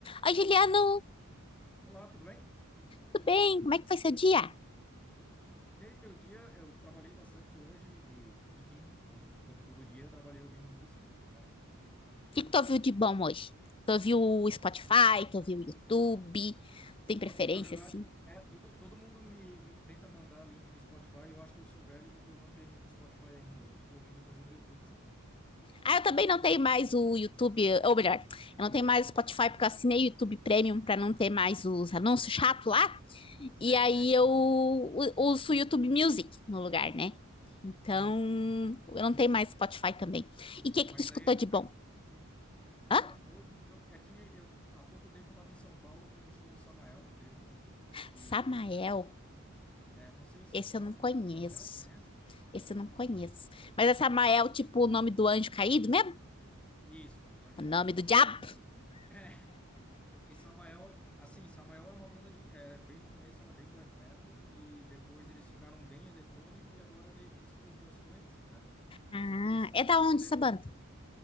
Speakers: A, on the left; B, in the centre.
A: Oi, Juliano,
B: Olá, tudo bem?
A: tudo bem? Como é que foi seu dia? O
B: E aí, meu dia, eu trabalhei bastante hoje e, tra- enfim, como, como todo dia, eu trabalhei ouvindo música, né?
A: que que tu ouviu de bom hoje? Tu ouviu o Spotify, tu ouviu o YouTube? Tem preferência,
B: Nossa, na verdade,
A: assim?
B: é todo, todo mundo me, me tenta mandar link no Spotify. Eu acho que eu sou velho porque eu não tenho Spotify ainda. Eu fico ouvindo coisa no YouTube, sabe?
A: Ah, eu também não tenho mais o YouTube, ou melhor, eu não tenho mais o Spotify porque eu assinei o YouTube Premium para não ter mais os anúncios chato lá.
B: Sei,
A: E aí
B: sei.
A: eu
B: aham.
A: u- uso o YouTube Music no lugar, né? Então,
B: Uhum, uhum.
A: eu não tenho mais Spotify também. E o que que
B: Mas
A: tu escutou
B: daí,
A: de bom?
B: aí, então,
A: Hã?
B: hoje eu, é que eu há pouco tempo eu estava em São Paulo, fui num show do Samael que teve e
A: Samael,
B: é, não sei se
A: esse
B: go-
A: eu não conheço.
B: gosta de Samael, conhece?
A: Esse eu não conheço. Mas essa Mael, tipo, o nome do anjo caído mesmo?
B: Isso, o nome do anjo
A: O
B: caído.
A: nome do diabo?
B: E, <laughs> e Samael, assim, Samael é uma banda de, é, bem no começo era bem black metal e depois eles ficaram bem eletrônico e agora meio que mistura as duas coisas, né?
A: Ah,
B: Só que eles estão
A: é da
B: celebrando,
A: onde essa banda?